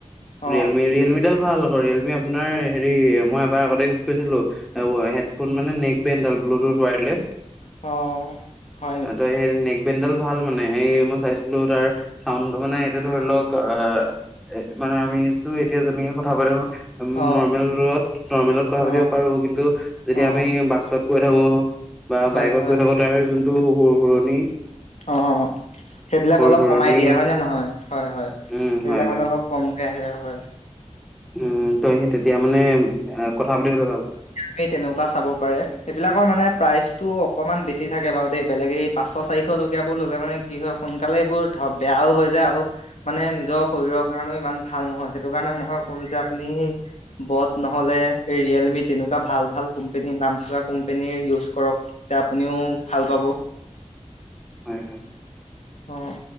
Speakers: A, on the left; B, in the centre.
A: অ
B: ৰিয়েলমি ৰিয়েলমিডাল ভাল আকৌ, ৰিয়েলমি আপোনাৰ হেৰি মই এবাৰ আগতে ইউজ কৰিছিলোঁ। অ' হেডফোন মানে নেক বেণ্ড আৰু ব্লুটুথ ৱায়াৰলেছ।
A: অ হয় নেকি
B: ত' সেই নেক বেণ্ডডাল ভাল মানে এই মই চাইছিলো তাৰ। চাউণ্ডটো মানে এতিয়া ধৰি লওক আহ মানে আমিটো এতিয়া যেনেকে কথা পাতো।
A: অ
B: নৰ্মেলত নৰ্মেলত কথা
A: অ
B: পাতিব পাৰো, কিন্তু যেতিয়া
A: অ
B: আমি বাছত গৈ থাকোঁ। বা
A: হয়
B: বাইকত
A: হয়
B: গৈ থাকো। তাৰ যোনটো সুৰ-সুৰনি
A: অ' অ' অ', সেইবিলাক অলপ
B: সুৰণি
A: কমাই দিয়ে হয় নে নহয়? হয় হয়,
B: উম
A: সেইবিলাক
B: হয়
A: মানে
B: হয়
A: অলপ খুব কমকে আহে হয়।
B: উম, তই সেই তেতিয়া মানে কথা পাতিবলে ভাল।
A: সেই তেনেকুৱা চাব পাৰে, সেইবিলাকৰ মানে প্ৰাইচটো অকমান বেছি থাকে বাৰু দেই। বেলেগে পাঁচশ চাৰিশ টকীয়াবোৰ ললে মানে কি হয় সোনকালে এইবোৰ ধৰ বেয়াও হৈ যায়। আৰু, মানে নিজৰ শৰীৰৰ কাৰণেও ইমান ভাল নহয়। সেইটো কাৰণে মই কম যে আপুনি বট নহলে, ৰিয়েলমি তেনেকুৱা ভাল ভাল কোম্পানী নাম থকা কোম্পেনীৰ ইউজ কৰক। তেতিয়া আপুনিও ভাল পাব।
B: হয় হয়।
A: অ'।